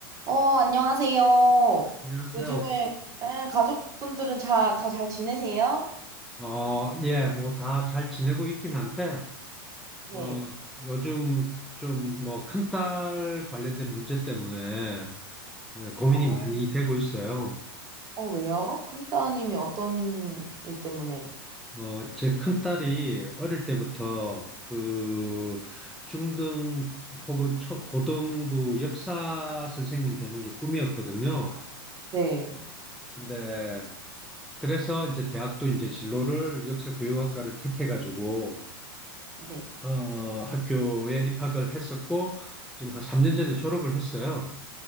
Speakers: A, on the right; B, in the centre.
A: 어, 안녕하세요.
B: 안녕하세요.
A: 요즘에 에, 가족분들은 자, 다 잘 지내세요?
B: 어, 예, 뭐 다 잘 지내고 있긴 한데,
A: 네.
B: 어, 요즘 좀 뭐 큰딸 관련된 문제 때문에 예, 고민이
A: 어,
B: 많이 되고 있어요.
A: 어, 왜요? 큰따님이 어떤 일 때문에?
B: 어, 제 큰딸이 어릴 때부터 그 중등 혹은 초, 고등부 역사 선생님 되는 게 꿈이었거든요.
A: 네.
B: 근데 그래서 이제 대학도 이제 진로를 역사 교육학과를 택해가지고
A: 네.
B: 어, 학교에 입학을 했었고, 지금 한 3년 전에 졸업을 했어요.